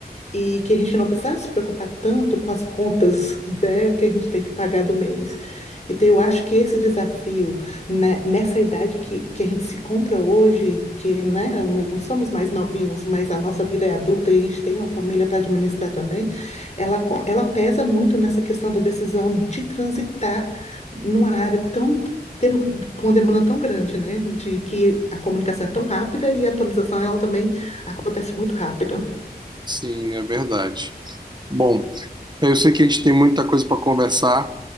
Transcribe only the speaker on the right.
Sim, é verdade. Bom, Eu sei que a gente tem muita coisa para conversar.